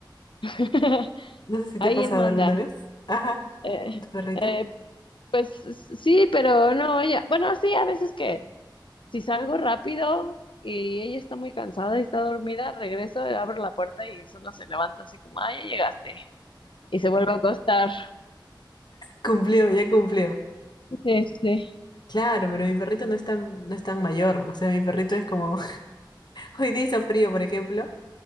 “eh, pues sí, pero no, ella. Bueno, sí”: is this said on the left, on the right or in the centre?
Left